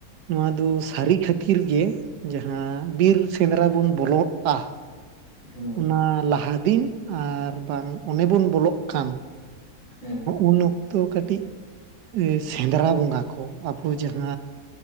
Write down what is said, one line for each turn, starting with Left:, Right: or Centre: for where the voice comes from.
Right: ᱱᱚᱣᱟ ᱫᱚ ᱥᱟᱹᱨᱤ ᱠᱷᱟᱹᱛᱤ ᱼᱼ ᱤᱨ ᱜᱮ ᱡᱟᱦᱟᱸ ᱵᱤᱨ ᱥᱮᱸᱫᱽᱨᱟ ᱵᱚᱱ ᱵᱚᱞᱚᱜᱼᱟ
Left: ᱦᱳᱭ ᱦᱮᱸ ᱦᱳᱭ
Right: ᱚᱱᱟ ᱞᱟᱦᱟ ᱫᱤᱱ, ᱟᱨ ᱵᱟᱝ, ᱚᱱᱮ ᱵᱚᱱ ᱵᱚᱞᱚᱜ ᱠᱷᱟᱱ
Left: ᱦᱮᱸ
Right: ᱩᱱ <unintelligible> ᱛᱚ ᱠᱟᱹᱴᱤᱡ ᱥᱮᱸᱫᱽᱨᱟ ᱵᱚᱸᱜᱟ ᱠᱚ, ᱟᱠᱚ ᱡᱟᱦᱟᱸ